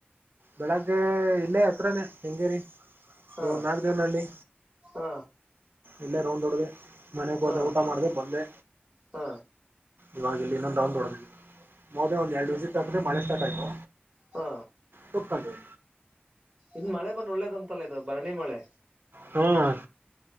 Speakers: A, on the right; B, on the right.
A: ಬೆಳಗ್ಗೆ ಇಲ್ಲೇ ಹತ್ರನೇ ಕೆಂಗೇರಿ
B: ಹಾ
A: ನಾಗ ದೇವ್ನಳ್ಳಿ.
B: ಹಾ
A: ಇಲ್ಲ ೊಂಡೊಡ್ದ <unintelligible> ಮನೆಗೆ
B: ಹಾ
A: ಹೋದೆ ಊಟ ಮಾಡಿದೆ ಬಂದೆ.
B: ಹಾ
A: ಇವಾಗ ಇಲ್ಲಿ ಇನ್ನೊಂದು ರೌಂಡ ಹೊಡದ್ದೆ ಹೋದೇ. ಒಂದು ಎರಡು ವಿಸಿಟ್ ಹಾಕ್ರೆ ಮಳೆ ಸ್ಟಾರ್ಟ ಆಯಿತು.
B: ಹಾ,
A: ಕುತ್ಕೊಂಡ್ವಿ
B: ಇನ್ ಮಳೆ ಬಂದ ಒಳ್ಳೇದ್ಂತಲ್ಲ ಇದು ಬರಣಿ ಮಳೆ.
A: ಹ್ಮ್,